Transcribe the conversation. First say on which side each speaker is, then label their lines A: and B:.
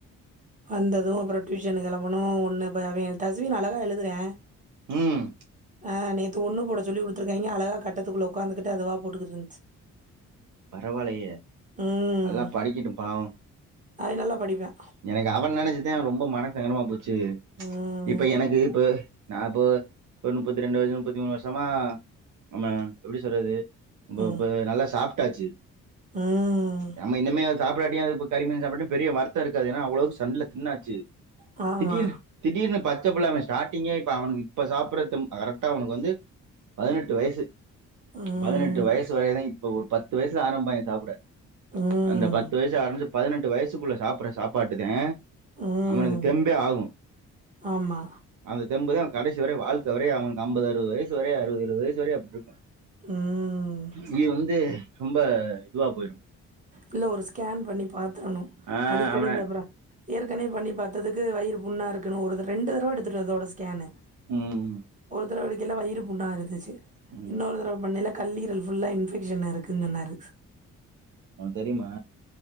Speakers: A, on the right; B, on the right.
A: வந்ததும் அப்பறோ டியூஷன் கெளம்பணும் ஒண்ணு இ அவன் தஷ்வினு அழகா எழுதுறா
B: ம்
A: ஆ நீ ஒண்ணு போட சொல்லி குடுத்துருக்காங்க அழகா கட்டத்துக்குள்ள உக்காந்துகட்டு அதுவா போட்டுகிட்டு இருந்துச்சு
B: பரவால்லயே
A: ம்.
B: நல்லா படிக்கட்டும் பாவம்
A: அவன் நல்லா படிப்பான்.
B: எனக்கு அவன நெனைச் ச்சிதா ரொம்ப மனசங்கடமா போச் சி
A: ம்.
B: இப்ப எனக்கு இப்ப நா இப்போ ஒரு முப்பத்தி ரெண்டு வருஷம் முப்பத்தி மூணு வருஷமா ஆமா எப்டி சொல்றது இப்
A: ம்.
B: இப்ப நல்லா சாப் ட்டாச்சி
A: ம்.
B: நமா இன்னமே சாப்டாட்டியு அது கறி மீனு சாப்டாட்டியும் பெரிய வறுத்தம் இருக்கது ஏனா அவ்ளோவு சண்ல தின்னாச்சு
A: ஆமா.
B: திடீர் திடீர்னு பாத்து பச்சபுள்ள அவ ஸ்டார்டிங்கே இப்ப அவனுக்கு இப்ப சாப்பறது தெம் கரெக்டா அவனுக்கு வந்து பதினெட்டு வயசு
A: ம்.
B: பதினெட்டு வயசு வரைதா இ ப்ப ஒரு பத் து வயசல ஆரம்பிப்பாங்க சாப்ட
A: ம்.
B: அந்த பத்து வயசு ஆரஞ்ச் பதினெட்டு வயசுக்குள்ள சாப்புப்ற சாப்பாட்டுதே
A: ம்.
B: அவனுக்கு தெம்பே ஆகும்
A: ஆமா.
B: அந்த தெம்புதா கடைசி வரையு வாழ்க்க வரையு அவுகளுக்கு அம்பது அறுபது வயசு வரையு அறுபது ஏழு வயசு வரையு அப்டி இருக்கு
A: ம்.
B: இது வந்து ரொம்ப இதுவா போயிடும்
A: இல்ல ஒரு ஸ்கேன் பண்ணி பாத்து துரனு
B: ஆஹ்
A: அடிக்கடி
B: அவனை
A: இந்த பிராப் ஏற்கனவே பண்ணி பாத்ததுக்கு வயிறு புண்ணா இருக்குன்னு ஒரு தட ரெண்டு தடவ எடுத்துடே இதோட ஸ்கேனு
B: உம்
A: ஒரு தடவ ல்ல வயிறு புண்ணா இருந்துச்சு
B: உம்
A: இன்னொரு தரவ பண்ணில கல்லீரல் புல்லா இன்பெக்ஷன் இருக்குன்னு சொன்னாறு
B: அவனக்கு தெரியுமா